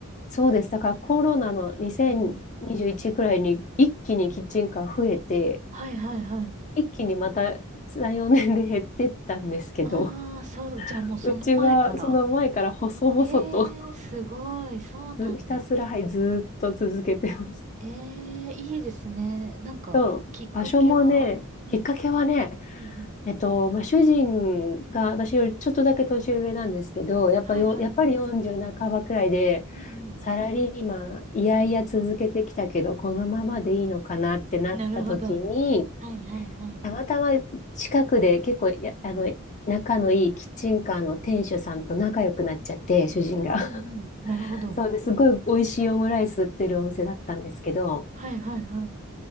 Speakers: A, on the left; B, on the right.
A: そうです。だからコロナの2021くらいに一気にキッチンカー増えて、
B: うん。はいはいはい。
A: 一気にまた3、4年で減ってったんですけど、
B: ああ、
A: <laughs>
B: そう、じゃあもうその前から。
A: うちはその前から細々と
B: ええー、すごい。そうなんだ。
A: ずひたすら、はい、ずーっと続けてます。
B: ええー、いいですね。なんか、
A: そう、
B: きっかけは、
A: 場所もね、
B: うん、
A: きっかけはね、
B: うん、うん。
A: えっと、まあ、主人が私よりちょっとだけ年上なんですけど、やっぱよ、
B: はいはいはい。
A: やっぱり40半ばくらいで、
B: うん、うん、
A: サラリーマン、いやいや続けてきたけど、
B: うん。
A: このままでいいのかなってなった時に、
B: なるほど。はいはいはい。
A: たまたま近くで結構や、あの、仲のいいキッチンカーの店主さんと仲良くなっちゃって、主人が。
B: うんうんうん。なるほど。
A: <laughs> そうですごい美味しいオムライス売ってるお店だったんですけど、
B: はいはいはい。